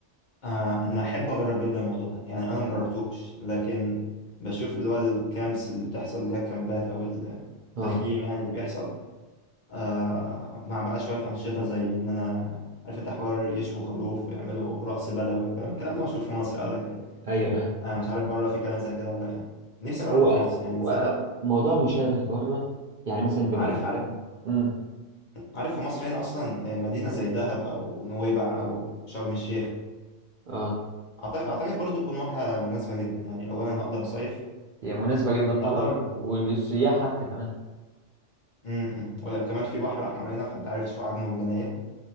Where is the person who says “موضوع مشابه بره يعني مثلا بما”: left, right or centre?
Right